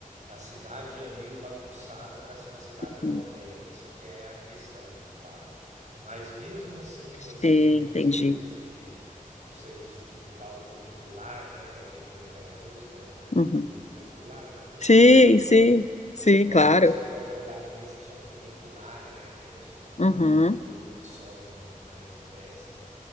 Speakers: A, on the right (about 55°); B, on the left (about 50°).
A: A cidade é meio bagunçada para ser uma cidade europeia,
B: Uhum.
A: isso que é a questão que fala. Mas mesmo assim, você
B: Sim,
A: tem um
B: entendi.
A: serviço de um serviço de- do tal do funicular, né, que é aquele que vem aquela música, né, funiculi,
B: Uhum.
A: funicular, é napolitana,
B: Sim,
A: né?
B: sim, sim,
A: E
B: claro.
A: aí você pode andar nesse que chama funiculare, né? Que é tipo uns,
B: Uhum.
A: uns metrô que sobem montanhas e descem.